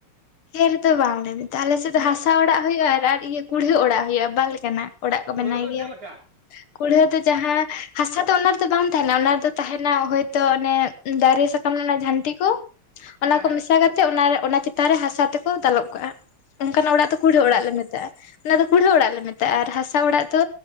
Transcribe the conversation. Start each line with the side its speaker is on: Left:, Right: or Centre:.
Left: ᱠᱷᱮᱨ ᱫᱚ ᱵᱟᱝ ᱞᱮ ᱢᱮᱛᱟᱜᱼᱟ ᱟᱞᱮ ᱥᱮᱫ
Right: ᱪᱮᱫ
Left: ᱫᱚ ᱦᱟᱥᱟ ᱚᱲᱟᱜ ᱦᱩᱭᱩᱜᱼᱟ, ᱟᱨ ᱤᱭᱟᱹ ᱠᱩᱲᱦᱟᱹ ᱚᱲᱟᱜ ᱦᱩᱭᱩᱜᱼᱟ ᱵᱟᱨ ᱞᱮ ᱠᱟᱱᱟᱜ᱾ ᱚᱲᱟᱜ ᱠᱚ
Right: ᱠᱩᱲᱦᱟᱹ
Left: ᱵᱮᱱᱟᱣ
Right: ᱫᱚ
Left: ᱜᱮᱭᱟ᱾
Right: ᱪᱮᱫ ᱞᱮᱠᱟ
Left: ᱠᱩᱲᱦᱟᱹ ᱫᱚ ᱡᱟᱦᱟ ᱦᱟᱥᱟ ᱫᱚ ᱚᱱᱟ ᱨᱮᱫᱚ ᱵᱟᱝ ᱛᱟᱦᱮᱱᱟ, ᱚᱱᱟ ᱨᱮᱫᱚ ᱛᱟᱦᱮᱱᱟ ᱦᱳᱭ ‌ᱛᱚ ᱚᱱᱮ ᱫᱟᱨᱮ ᱥᱟᱠᱟᱢ‌ ᱨᱮᱱᱟᱜ ᱡᱷᱟᱹᱱᱴᱤ ᱠᱚ,
Right: ᱦᱮᱸ
Left: ᱚᱱᱟ ᱠᱚ
Right: ᱦᱮᱸ
Left: ᱢᱮᱥᱟ ᱠᱟᱛᱮᱜ ᱚᱱᱟ ᱚᱱᱟ ᱪᱮᱛᱟᱱ ᱨᱮ ᱦᱟᱥᱟ ᱛᱮᱠᱚ ᱫᱟᱞᱚᱵ ᱠᱟᱜᱼᱟ᱾ ᱚᱱᱠᱟᱱᱟᱜ ᱚᱲᱟᱜ ᱫᱚ ᱠᱩᱲᱟᱹ ᱚᱲᱟᱜ ᱞᱮ ᱢᱮᱛᱟᱜᱼᱟ ᱚᱱᱟ ᱫᱚ ᱠᱩᱲᱟᱹ ᱚᱲᱟᱜ ᱞᱮ ᱢᱮᱛᱟᱜᱼᱟ, ᱟᱨ ᱦᱟᱥᱟ ᱚᱲᱟᱜ ᱫᱚ